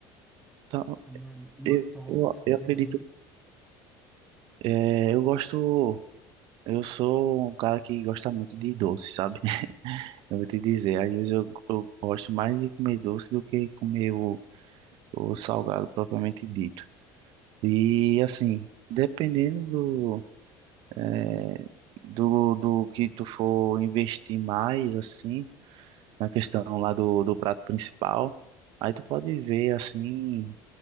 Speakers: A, on the right (about 60°); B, in the centre.
A: Então,
B: como é uma
A: eu,
B: torta
A: eu,
B: também.
A: eu acredito, é, eu gosto, eu sou um cara que gosta muito de doce, sabe? Eu vou te dizer, às vezes eu, eu gosto mais de comer doce do que comer o, o salgado propriamente dito. E assim, dependendo do, eh, do, do que tu for investir mais, assim, na questão lá do, do prato principal, aí tu pode ver, assim,